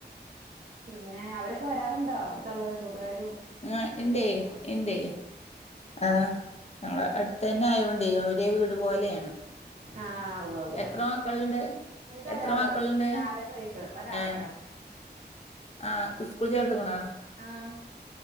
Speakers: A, on the right; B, on the left.
A: പിന്നെ അവരൊക്കെ വരാറുണ്ടോ അടുത്തുള്ളവരും കൂട്ടുകാരും
B: ആഹ്
A: റിലേറ്റീവ്സ്
B: ഇണ്ടേയ് ഇണ്ടേയ് ആഹ് ഞങ്ങള് അട്ത്തന്നെ ആയോണ്ട് ഒരെ വീട് പോലെയാണ്
A: ആഹ് ഉവ്വ ഉവ്വ
B: എത്ര മക്കള്ണ്ട്
A: എനിക്ക്
B: എത്ര
A: ഒരാള്
B: മക്കള്ണ്ട്
A: നാലര വയസ്സ് ഒരാള്
B: ഏഹ്
A: ഒരാള്
B: ആഹ് സ്കൂൾ ചേർത്ത്ക്ക്‌ണോ
A: ആഹ്